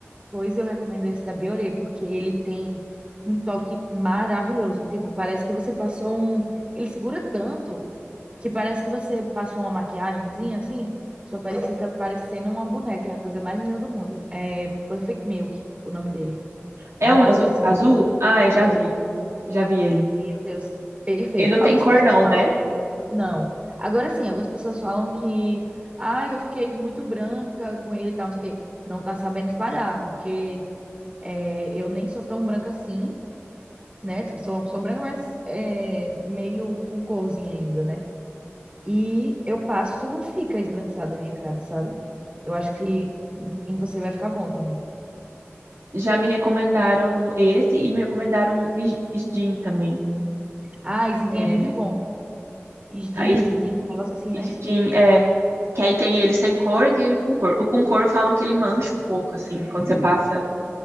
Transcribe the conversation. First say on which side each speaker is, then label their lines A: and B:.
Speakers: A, on the right; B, on the right.
A: Pois eu recomendo esse da Bioré, porque ele tem um toque maravilhoso. Tipo, parece que você passou um. Ele segura tanto Que parece que você passa uma maquiagemzinha assim, sua pele fica parecendo uma boneca, é a coisa mais linda do mundo. É Perfect Milk, o nome dele.
B: É
A: É um
B: um
A: azulzinho.
B: azu- azul? Ah, eu já
A: É,
B: vi. Já vi ele.
A: meu Deus, perfeito.
B: Ele não
A: Algumas
B: tem cor
A: pessoas
B: não,
A: falam,
B: né?
A: não. Agora sim, algumas pessoas falam que, ah, eu fiquei muito branca com ele e tal, não sei o quê. Não tá sabendo espalhar, porque é, eu nem sou tão branca assim, né? Tipo, sou uma pessoa branca, mas é, meio com corzinha ainda, né? E eu passo e não fica esbranquiçada a minha cara, sabe? Eu acho que em você vai ficar bom também.
B: Já me recomendaram esse e me recomendaram o Is- Isdin também.
A: Ah, Isidinha
B: É,
A: é muito bom. Isdin,
B: aí
A: Isidinha, um negócio assim,
B: E
A: né?
B: de jean, é. Que aí tem ele sem cor e tem ele com cor. O com cor falam que ele mancha um pouco, assim. Quando você passa